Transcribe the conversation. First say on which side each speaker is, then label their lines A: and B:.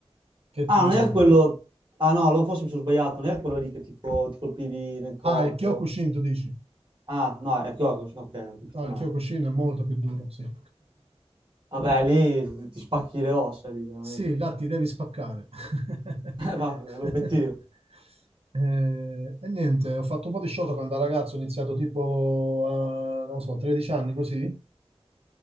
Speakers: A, on the right (about 65°); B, on the right (about 45°).
A: che ti
B: Ah, non
A: dico?
B: era quello... Ah no, allora forse mi sono sbagliato, non era quello lì che tipo ti colpivi nel corpo.
A: Ah, il Kyokushin, tu dici?
B: Ah, no, è il corpo, ok, ho capito
A: No, il
B: male.
A: Kyokushin è molto più duro, sì. <laughs>
B: Vabbè, lì ti spacchi le ossa, lì, veramente.
A: Sì, là ti devi spaccare. <laughs>
B: Eh, vabbè, l'obiettivo.
A: Eh, e niente, ho fatto un po' di Shotokan da ragazzo, ho iniziato tipo, a, non lo so, 13 anni così,